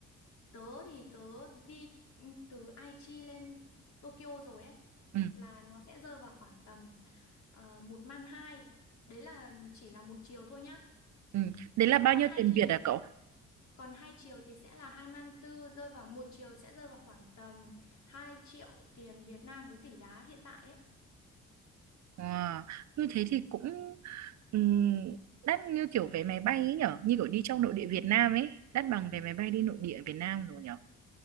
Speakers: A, on the left (about 65°); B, on the right (about 65°).
A: tớ thì tớ đi ừ, từ Aichi lên Tokyo rồi ấy
B: Ừm,
A: là nó sẽ rơi vào khoảng tầm uh, một man hai đấy là chỉ là một chiều thôi nhá
B: ừm. Đấy là bao
A: còn
B: nhiêu
A: hai
B: tiền
A: chiều
B: Việt à cậu?
A: còn hai chiều thì sẽ là hai man tư rơi vào một chiều sẽ rơi vào khoảng tầm 2 triệu tiền Việt Nam với tỷ giá hiện tại ấy
B: Wow, như thế thì cũng ừm, đắt như kiểu vé máy bay ấy nhở, như kiểu đi trong nội địa Việt Nam ấy, đắt bằng vé máy bay đi nội địa Việt Nam rồi nhở.